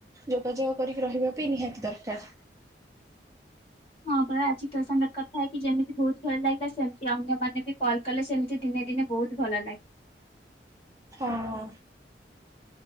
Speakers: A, on the right (about 20°); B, on the left (about 35°).
A: ଯୋଗାଯୋଗ କରିକି ରହିବା ପାଇଁ ନିହାତି ଦରକାର।
B: ହଁ ବା ଆଜି ତୋ ସାଙ୍ଗରେ କଥା ହେଇକି ଯେମିତି ବହୁତ ଭଲ ଲାଗିଲା ସେମିତି ଅନ୍ୟମାନେ ବି କଲ୍ କଲେ ସେମିତି ଦିନେ ଦିନେ ବହୁତ ଭଲ ଲାଗେ।
A: ହଁ